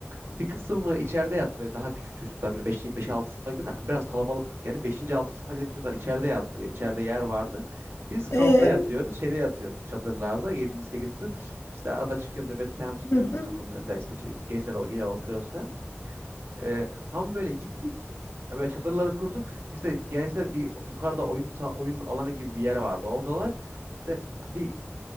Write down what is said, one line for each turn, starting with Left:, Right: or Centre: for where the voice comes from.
Right: Bir kısmı içeride yattı böyle daha küçük çocuklar böyle beş altı sınıfa giden biraz kalabalıktık yani beşinci 6. sınıfa giden çocuklar içeride yattı. İçeride yer vardı. Biz kampta
Left: E,
Right: yatıyoruz. Şeyde yatıyoruz çadırlarda 7. sekizinci sınıf. İşte arada çıkıyorum nöbet falan tutuyorum
Left: hı hı.
Right: kapının önünde işte ç- gençler o- gene oturuyoruz falan. Ee, tam böyle gittik. e, Böyle çadırları kurduk. İşte gençler bir yukarıda oyun sa- oyun alanı gibi bir yer vardı. Oradalar. İşte bir